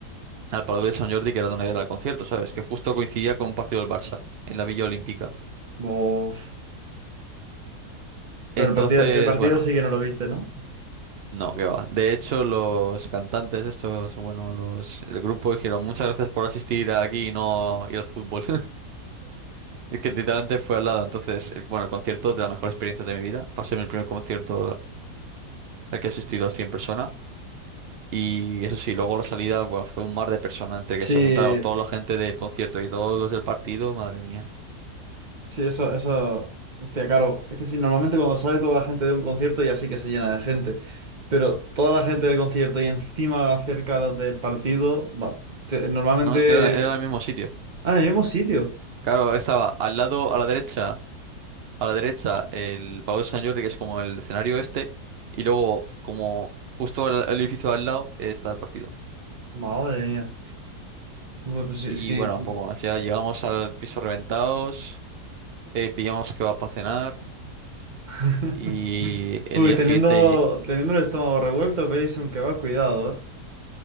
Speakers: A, on the right; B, on the right.
A: al Palau de San Jordi que era donde era el concierto, ¿sabes? Que justo coincidía con un partido del Barça en la Villa Olímpica.
B: Uf. Pero
A: Entonces,
B: el partido, el partido
A: bueno.
B: sí que no lo viste, ¿no?
A: No, que va. De hecho, los cantantes estos, bueno, los el grupo dijeron muchas gracias por asistir aquí y no ir al fútbol. <laughs> Es que literalmente fue al lado. Entonces, el- bueno, el concierto de la mejor experiencia de mi vida. Pasé mi primer concierto al que he asistido así en persona. Y eso sí, luego la salida, buah, fue un mar de personas entre
B: Sí,
A: que se juntaron toda la gente del concierto y todos los del partido. Madre mía.
B: sí, eso, eso... Hostia, claro, es que sí, normalmente cuando sale toda la gente de un concierto ya sí que se llena de gente. Pero toda la gente del concierto y encima cerca los del partido, va, te- normalmente...
A: No, nos es que era, era el mismo sitio.
B: Ah, en el mismo sitio.
A: Claro, estaba al lado, a la derecha. a la derecha el Palau de Sant Jordi, que es como el escenario este, y luego como justo al- el, edificio al lado eh, está el partido.
B: Madre mía. Uy, pues sí,
A: Y
B: sí.
A: bueno, un poco más, ya llegamos al piso reventados, eh, pillamos que va para cenar
B: <laughs>
A: y
B: Uy,
A: el día
B: teniendo,
A: siguiente,
B: teniendo el estómago revuelto, pedís un kebab, cuidado,